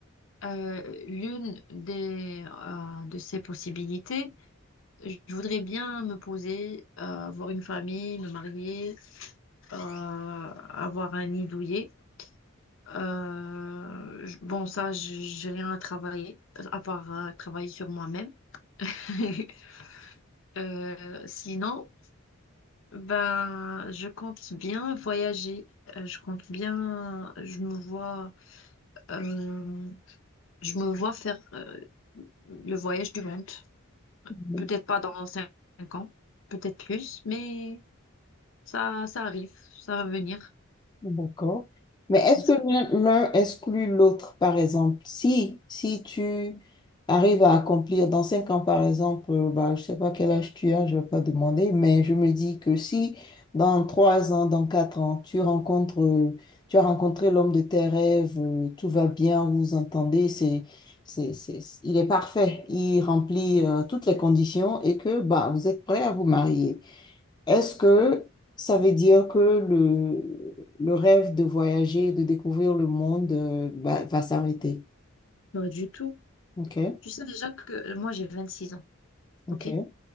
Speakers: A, on the left (about 65°); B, on the left (about 20°).
A: Euh, l'une des euh, de ces possibilités, je voudrais bien me poser, euh, avoir une famille, me marier, euh, avoir un nid douillet. Euh, je- bon, ça, j- j'ai rien à travailler, à part euh, travailler sur moi-même. <laughs> Euh, sinon, ben, je compte bien voyager. Euh, je compte bien, je me vois, euh, je me vois faire euh, le voyage du monde.
B: Oui.
A: Peut-être pas dans cinq ans, peut-être plus, mais ça, ça arrive, ça va venir.
B: D'accord. Mais est-ce
A: Parce
B: que
A: que-
B: l'un l'un exclut l'autre, par exemple? Si, si tu arrives à accomplir dans cinq ans, par exemple, euh, bah, je sais pas quel âge tu as, je vais pas demander, mais je me dis que si dans trois ans, dans quatre ans, tu rencontres, euh, tu as rencontré l'homme de tes rêves, euh, tout va bien, vous vous entendez, c'est, c'est, c'est, il est parfait, il remplit, euh, toutes les conditions et que, bah, vous êtes prêt à vous marier. Est-ce que ça veut dire que le, le rêve de voyager, de découvrir le monde, euh, va, va s'arrêter?
A: Pas du tout.
B: Ok,
A: Tu sais déjà que moi j'ai 26 ans,
B: ok.
A: ok?